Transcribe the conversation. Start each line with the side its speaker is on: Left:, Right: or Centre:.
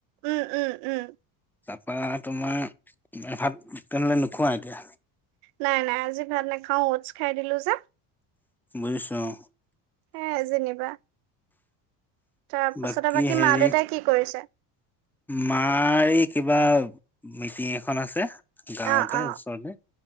Right: উম, উম, উম,
Centre: তাৰপা তোমাৰ এ ভাত তেনেহ'লে নোখোৱা এতিয়া।
Right: নাই, নাই, আজি ভাত নেখাওঁ, অতছ খাই দিলো যে।
Centre: বুজিছোঁ অ',
Right: হে যেনিবা তাৰ পাছতে
Centre: বাকী, হেৰি,
Right: মা দেউতাই কি কৰিছে?
Centre: মাৰি কিবা মিটিং এখন আছে। গাঁৱতে
Right: অ', অ',
Centre: ওচৰতে